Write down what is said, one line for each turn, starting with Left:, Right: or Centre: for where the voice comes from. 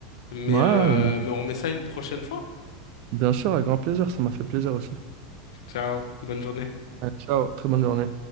Left: Mais,
Right: Ouais,
Left: euh, mais on remet ça une prochaine fois.
Right: bien sûr, avec grand plaisir. Ça m'a fait plaisir aussi.
Left: Ciao, bonne journée.
Right: Ouais, Ciao, très bonne journée.